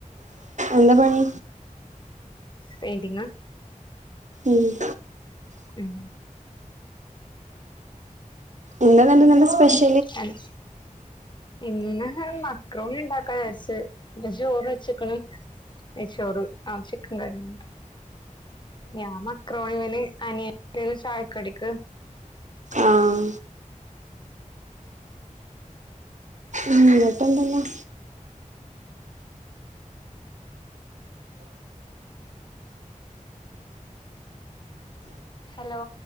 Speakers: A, on the right; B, on the left.
A: എന്താ പണി
B: പെയിന്റിങാ
A: ഉം
B: ഉം
A: ഇന്ന് ന്നല്ല സ്പെഷൽ
B: <unintelligible> ഇന്ന് ഞങ്ങൾ മക്രോണി ഇണ്ടാക്കാ വിചാരിച്ച് ഇന്ന് ചോറ് വെച്ച്ക്ക്ണ് നെയ്ച്ചോറ് ആഹ് ചിക്കൻ കറിയുംണ്ട് ഞാൻ മക്രോണിയാണ് അനിയന് ചായക്കടിക്ക്
A: ആഹ് ഉം എന്നിട്ടെന്തല്ലാം
B: hello